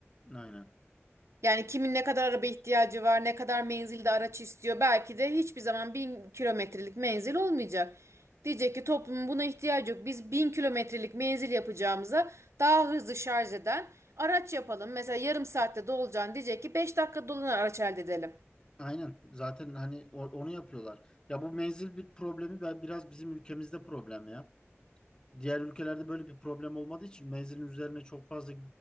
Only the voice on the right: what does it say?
Yani kimin ne kadar araba ihtiyacı var, ne kadar menzilde araç istiyor. Belki de hiçbir zaman bin kilometrelik menzil olmayacak. Diyecek ki toplumun buna ihtiyacı yok. Biz bin kilometrelik menzil yapacağımıza daha hızlı şarj eden araç yapalım. Mesela yarım saatte dolacağını diyecek ki 5 dakika dolanan araç elde edelim.